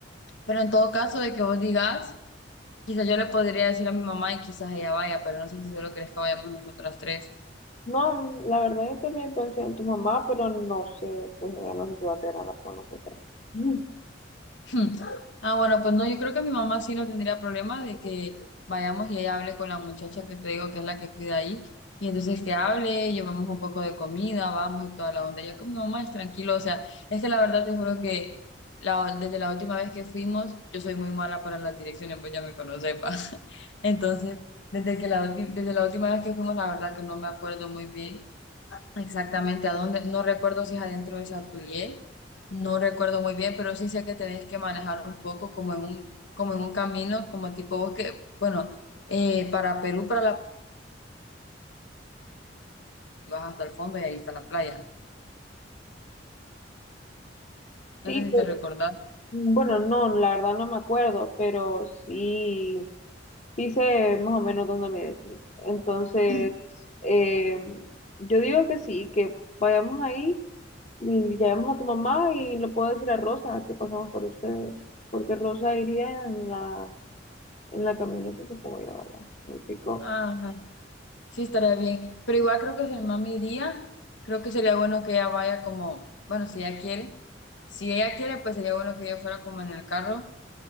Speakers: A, on the left (about 85°); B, on the left (about 40°).
A: pero en todo caso de que vos digas Quizás yo le podría decir a mi mamá y quizás ella vaya, pero no sé si solo crees que vayamos nosotras tres. <laughs>
B: No, la verdad yo también pensé en tu mamá, pero no sé, pues ella no sé si va a querer hablar con nosotras. <laughs>
A: Hmm. Ah, bueno, pues no, yo creo que mi mamá sí no tendría problema de que vayamos y ella hable con la muchacha que te digo que es la que cuida ahí. Y entonces que hable, llevamos un poco de comida, vamos y toda la onda. Ya con mi mamá es tranquilo, o sea, es que la verdad te juro que la- desde la última vez que fuimos, yo soy muy mala para las direcciones, pues ya me conoces, pa. <laughs> Entonces, desde que la, ulti- desde la última vez que fuimos, la verdad que no me acuerdo muy bien. Exactamente, a dónde, no recuerdo si es adentro de Satuye, no recuerdo muy bien, pero sí sé que tenés que manejar un poco como en un, como en un camino, como tipo bosque, bueno, eh, para Perú, para la vas hasta el fondo y ahí está la playa. No
B: Sí,
A: sé si
B: pero
A: te recordás.
B: Bueno, no, la verdad no me acuerdo, pero sí, sí sé más o menos dónde me decir. Entonces,
A: Ujú.
B: eh, yo digo que sí, que vayamos ahí y llamemos a tu mamá y le puedo decir a Rosa que pasemos por ustedes, porque Rosa iría en la, en la camioneta, supongo yo, ¿verdad? Me picó.
A: Ajá, sí estaría bien, pero igual creo que si mi mami iría, creo que sería bueno que ella vaya como, bueno, si ella quiere, si ella quiere, pues sería bueno que ella fuera como en el carro